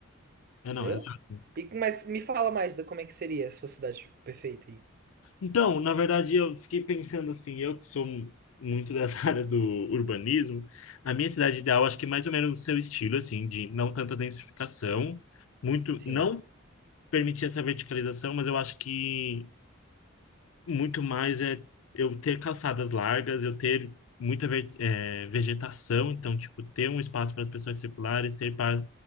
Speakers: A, on the left; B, on the right.
A: É,
B: entendeu?
A: não, exato.
B: E, mas me fala mais da como é que seria a sua cidade perfeita aí.
A: Então, na verdade, eu fiquei pensando assim, eu que sou mu- muito dessa <laughs> área do urbanismo, a minha cidade
B: Sim.
A: ideal, acho que é mais ou menos o seu estilo, assim, de não tanta densificação, muito,
B: Sim.
A: não permitir essa verticalização, mas eu acho que muito mais é eu ter calçadas largas, eu ter muita ve- eh, vegetação, então, tipo, ter um espaço para as pessoas circulares, ter pa-